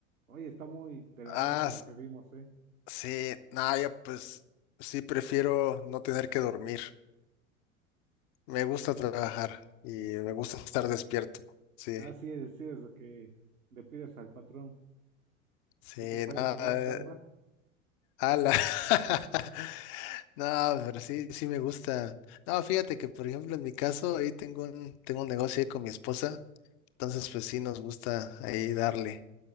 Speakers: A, on the right; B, on the left.
A: Oye, está muy de la
B: Ah,
A: mano con
B: s-
A: la que vimos, ¿eh?
B: sí, nada, ya pues sí prefiero no tener que dormir. Me gusta trabajar y me gusta estar despierto. Sí,
A: Ah, sí, es lo que le pides al patrón,
B: sí,
A: que te pague
B: nada.
A: con más chamba.
B: Ala. <laughs> No, pero sí, sí me gusta. No, fíjate que, por ejemplo, en mi caso, ahí tengo un, tengo un negocio ahí con mi esposa, entonces pues sí nos gusta ahí darle.